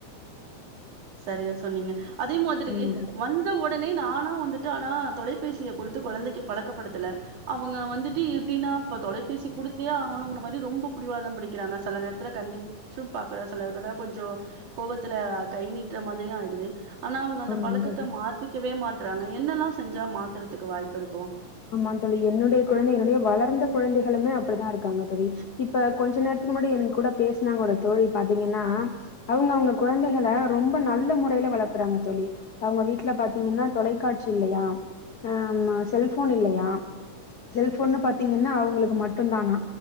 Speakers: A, on the right; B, on the left.
A: செரியா சொன்னீங்க அதே மாதிரி
B: ஆமா தோழி
A: வந்த உடனே நானா வந்துட் டு ஆனா தொலைப்பேசிய குடுத்து கொழந்தைக்கு பலக்கப்படுத்தல அவுங்க வந்துட்டு எப்டின்னா இப்ப தொலைப்பேசி குடுத்தே ஆகணுன்ற மாதிரி ரொம்ப பிடிவாதாம் பிடிக்கிறாங்க செல நேரத்துல கண்டி ச்சும் பாக்கற செல நேரத்துல கொஞ்ச கோவத்துல கை நீட்ற மாதிரியும் ஆயிடுது ஆனா அவுங்க அந்த
B: ஆமா
A: பலக்கத்த
B: தோழி
A: மாத்திக்கவே மாட் என்னெல்லா செஞ்சா மாத்தறதுக்கு வாய்ப்பு இருக்கும்
B: ஆம்மா தோழி என்னுடைய கொழந்தைகளே வளர்ந்த கொழந்தைகளுமே அப்டிதா இருக்காங்க தோழி இப்ப கொஞ்ச நேரத்துக்கு முன்னாடி என் கூட பேசுனாங்க ஒரு தோழி பாத்தீங்கன்னா அவுங்க அவுங்க கொழந்தைகள ரொம்ப நல்ல முறையல வளர்க்கறாங்க தோழி அவுங்க வீட்ல பாத்தீங்கன்னா தொலைக்காட்சி இல்லையாம் ஆ ம்மா செல்ப் ஃபோன் இல்லையாம் செல்போன்னு பாத்தீங்கன்னா அவுங்களுக்கு மட்டும் தானா